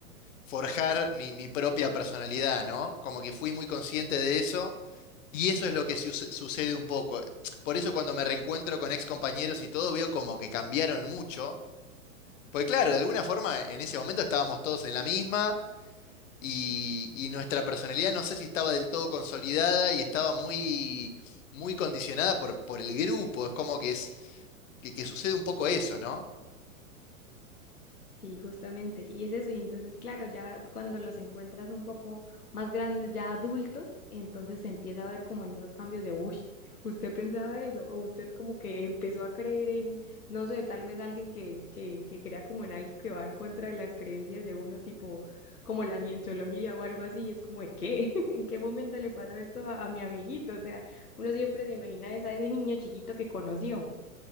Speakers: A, on the left (about 60°); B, on the left (about 85°).
A: forjar mi, mi propia personalidad, ¿no? Como que fui muy consciente de eso. Y eso es lo que su- sucede un poco. Por eso cuando me reencuentro con ex compañeros y todo, veo como que cambiaron mucho. Porque claro, de alguna forma en ese momento estábamos todos en la misma y, y nuestra personalidad no sé si estaba del todo consolidada y estaba muy, muy condicionada por, por el grupo. Es como que, es, que, que sucede un poco eso, ¿no?
B: Sí, justamente. Y es eso. Y entonces, claro, ya cuando los encuentras un poco más grandes, ya adultos, entonces se empieza a ver como en esos cambios de, uy, usted pensaba eso, o usted como que empezó a creer en, no sé, tal vez alguien que, que, que crea como en algo que va en contra de las creencias de uno, tipo como la cienciología o algo así, y es como, ¿de qué? <laughs> ¿En qué momento le pasó esto a, a mi amiguito? O sea, uno siempre se imagina esa- ese niño chiquito que conoció.